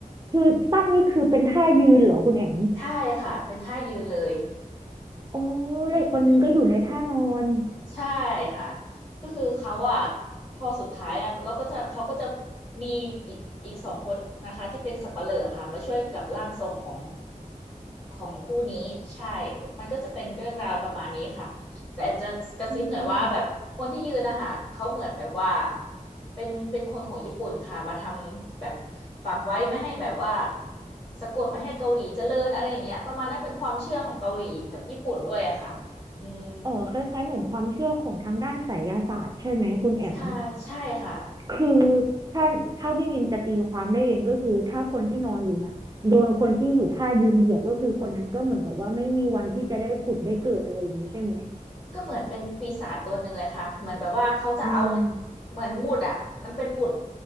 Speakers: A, on the right; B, on the left.
A: คือตั้งนี่คือเป็นท่ายืนเหรอคุณแอม
B: ใช่ค่ะเป็นท่ายืนเลย
A: อ๋อ
B: อืม
A: แล้วอีกคนนึงก็อยู่ในท่านอน
B: ใช่ค่ะก็คือเขาอ่ะพอสุดท้ายอ่ะแล้วก็จะเขาก็จะมีอีกอีกสองคนนะคะที่เป็นสับปะเหร่อค่ะมาช่วยกับร่างทรงของของคู่นี้ใช่ก็มันก็จะเป็นเรื่องราวประมาณนี้ค่ะแต่แอมจะกระซิบหน่อยว่าแบบคนที่ยืนนะคะเขาเหมือนแบบว่า
A: อืม
B: เป็นเป็นคนของญี่ปุ่นค่ะมาทำแบบฝังไว้ไม่ให้แบบว่าสะกดไม่ให้เกาหลีเจริญอะไรอย่างเงี้ยประมาณนั้นเป็นความเชื่อของเกาหลีกับญี่ปุ่นด้วยอะค่ะอืม
A: อ๋อคล้ายๆเหมือนความเชื่อของทางด้านไสยศาสตร์ใช่ไหมคุณแอม
B: ใช่ใช่ค่ะ
A: คือถ้าเท่าที่นิมจะตีความได้เองก็คือถ้าคนที่นอนอยู่น่ะโดนคนที่อยู่ท่ายืนเหยียบก็คือคนนั้นก็เหมือนกับว่าไม่มีวันที่จะได้ผุดได้เกิดอะไรอย่างนี้ใช่ไหม
B: ก็เหมือนเป็นปีศาจตัวหนึ่งเลยค่ะเหมือนแบบว่าเขาจะเอา
A: อืม
B: เหมือนหมุดอ่ะมันเป็นหมุด